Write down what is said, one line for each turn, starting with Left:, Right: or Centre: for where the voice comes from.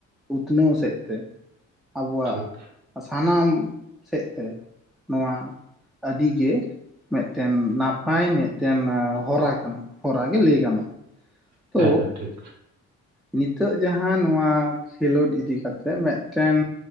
Centre: ᱩᱛᱱᱟᱹᱣ ᱥᱮᱫ ᱛᱮ ᱟᱵᱚᱣᱟᱜ
Right: ᱴᱷᱤᱠ
Centre: ᱥᱟᱱᱟᱢ ᱥᱮᱫ ᱛᱮ ᱱᱚᱣᱟ ᱟᱹᱰᱤᱜᱮ ᱢᱤᱫᱴᱮᱱ ᱱᱟᱯᱟᱭ ᱢᱤᱫᱴᱮᱱ ᱦᱚᱨᱟ ᱠᱟᱱᱟ, ᱦᱚᱨᱟ ᱜᱮ ᱞᱟᱹᱭ ᱜᱟᱱᱚᱜᱼᱟ᱾
Right: ᱦᱮᱸ
Centre: ᱛᱚ
Right: ᱦᱮᱸ ᱴᱷᱤᱠ᱾
Centre: ᱱᱤᱛᱚᱜ ᱡᱟᱦᱟᱸ ᱱᱚᱣᱟ ᱠᱷᱮᱞᱳᱰ ᱤᱫᱤ ᱠᱟᱛᱮᱜ ᱢᱤᱫᱴᱮᱱ